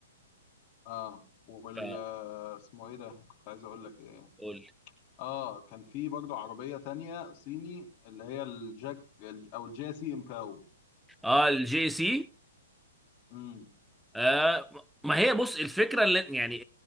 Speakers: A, on the left; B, in the centre.
A: آه. وال
B: لا،
A: آه، اسمه ايه ده كنت عايز اقول لك ايه
B: قول
A: اه كان في برضه عربية تانية صيني اللي هي الجاك الج- او الجاسي امباو
B: اه الجي سي
A: امم
B: آه ما هي بص الفكره اللي يعني